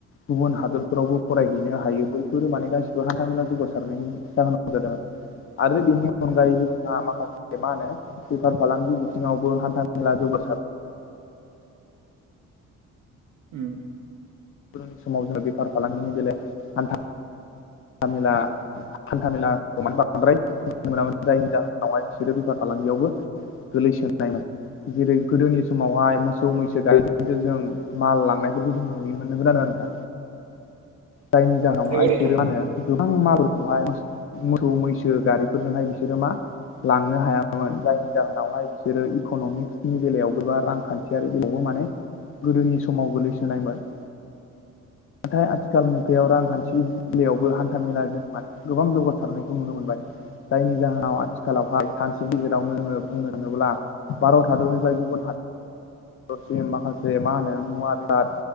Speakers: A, on the left; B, on the right.
A: गुबुन हादोर फोरावबो फरायहैनो हायो बैफोरो माने गासिबो हान्था मेला जौगासारनायनि जाहोनाव जादों आरो। आरो बेनि अनगायैबो जोंहा माखासे मा होनो बेफार फालांगि बिथिङावबो हान्था मेला जौ <inaudible>
B: उम।
A: बेनि समाव जोङो बेफार फालांगिनि बेलायाव हान्था हान्थामेला हान्था मेला माने बांद्राय नुनो मोनामोन जायनि जाहोनावहाय बिसोरो बेफार फालांगियावबो गोलैसोनायमोन जेरै गोदोनि समावहाय मोसौ मैसो गायदों जों माल लांनायफोरखौ जों नुनो मोनगोन आरो दा जायनि जाहोनाव
B: नंगौ
A: आसोरो
B: नोंथां
A: मो गोबां। माबोरफोरखौहाय मोसौ मैसो गारिफोरजोंहाय बिसोरो मा लांनो हायामोन जायनि जाहोनावहाय बिसोरो इक'नमिक्सनि बेलायावबो बा रांखान्थियारि बेलायावबो माने गोदोनि समाव गोलैसोनायमोन नाथाय आथिखाल मुगायाव रांखान्थिलायावबो हान्थामेलाजों माने गोबां जौगासारनायखौ नुनो मोनबाय। जायनि जाहोनाव आथिखालावहाय सानसेनि गेजेरावनो नोङो बुंनो थाङोब्ला भारत हादरनिफ्राय गुबुन हादर। हरसिम माखासे मा होनो मुवा बेराद